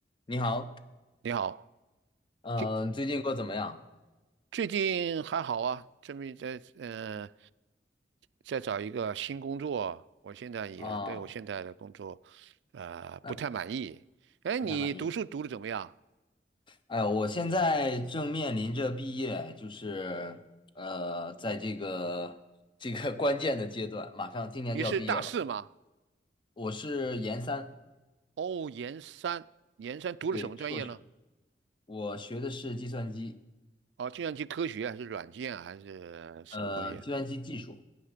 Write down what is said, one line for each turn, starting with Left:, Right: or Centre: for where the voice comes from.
Left: 你好，
Right: 你好，
Left: 嗯、
Right: 最
Left: 最近过得怎么样？
Right: 最近还好啊，这边在呃，在找一个新工作，我现在也对我现在的工作，
Left: 啊？
Right: 呃，不太满意。
Left: 那
Right: 哎，
Left: 不太满意。
Right: 你读书读的怎么样？
Left: 哎，我现在正面临着毕业，就是呃，在这个这个 <laughs> 关键的阶段，马上今年就要毕业了。
Right: 你是大四吗？
Left: 我是研三，
Right: 哦，研三，研三读了什么专业呢？
Left: 对，硕士，我学的是计算机，
Right: 哦，计算机科学还是软件还是什么东西？
Left: 呃，计算机技术。